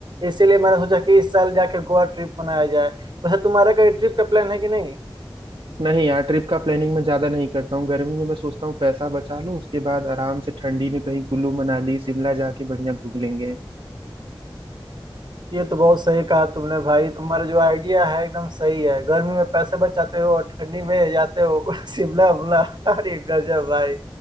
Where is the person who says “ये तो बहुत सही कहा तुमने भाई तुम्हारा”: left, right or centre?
Right